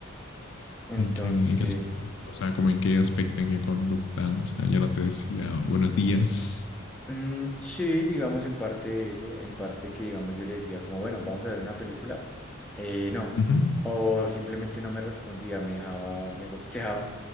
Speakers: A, in the centre; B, on the left.
A: Entonces,
B: ¿En qué, en qué, as- o sea, como en qué aspecto, en qué conducta? O sea, ya no te decía buenos días.
A: mm, sí, digamos en parte de eso, en parte que digamos yo le decía como, bueno, vamos a ver una película. Eh, no.
B: Ujú,
A: O simplemente no me respondía, me dejaba, me ghosteaba,